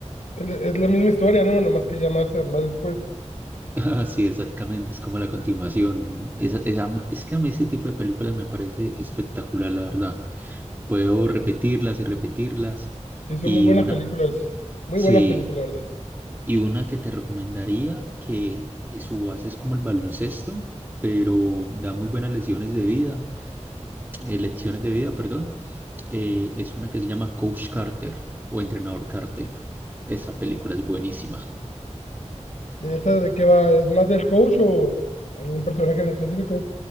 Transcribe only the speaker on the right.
<laughs> Ah, Sí, exactamente, es como la continuación. Esa- esa- a mí- es que a mí ese tipo de películas me parece espectacular, la verdad. Puedo repetirlas y repetirlas.
Y
una,
sí.
Y una que te recomendaría, que su base es como el baloncesto, pero da muy buenas lesiones de vida, eh, lecciones de vida, perdón, eh, es una que se llama Coach Carter o Entrenador Carter. Esa película es buenísima.